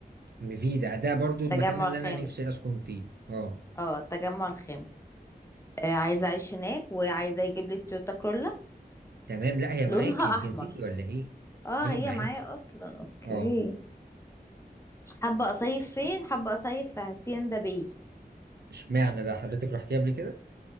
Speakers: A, on the right (about 75°); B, on the left (about 15°).
A: مفيدة ده برضو المكان
B: التجمع
A: اللي
B: الخامس
A: انا نفسي اسكن فيه اه
B: اه التجمع الخامس آه عايزة أعيش هناك وعايزة يجيب لي تويوتا كرولا
A: تمام لا هي معاكي
B: لونها
A: انت
B: أحمر
A: نسيتي ولا ايه
B: اه
A: هي
B: هي
A: معاكي
B: معايا أصلا أوكي
A: اه
B: حابة أصيف فين حابة أصيف في هاسيندا باي
A: اشمعنى ده حضرتك رحتيه قبل كده